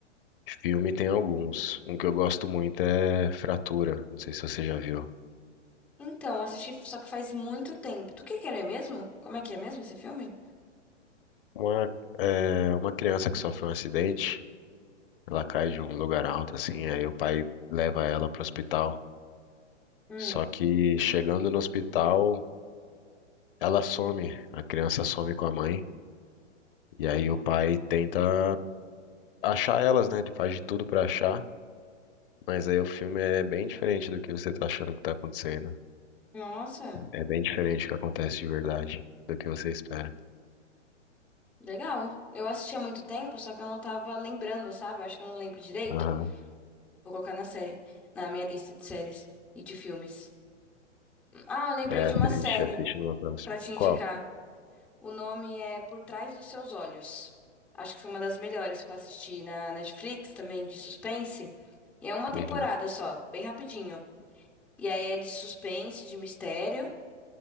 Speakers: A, on the left; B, in the centre.
A: filme tem alguns. Um que eu gosto muito é Fratura. Não sei se você já viu.
B: Então, assisti só que faz muito tempo. Do que que ele é mesmo? Como é que é mesmo esse filme?
A: Uma, é, uma criança que sofre um acidente. Ela cai de um lugar alto, assim, aí o pai leva ela pro hospital.
B: Hum,
A: Só que chegando no hospital, ela some, a criança some com a mãe, e aí o pai tenta achar elas, né? Ele faz de tudo pra achar, mas aí o filme é bem diferente do que você tá achando que tá acontecendo.
B: nossa,
A: É bem diferente do que acontece de verdade, do que você espera.
B: legal. Eu assisti há muito tempo, só que eu não tava lembrando, sabe? Eu acho que eu não lembro direito.
A: Aham.
B: Vou colocar na série, na minha lista de séries e de filmes. Ah, eu lembrei
A: É,
B: de
A: assiste,
B: uma série
A: assiste numa próxima.
B: pra te indicar.
A: Qual?
B: O nome é Por Trás dos Seus Olhos. Acho que foi uma das melhores que eu assisti na Netflix, também de suspense. E é uma temporada
A: Uhum.
B: só, bem rapidinho. E aí é de suspense, de mistério.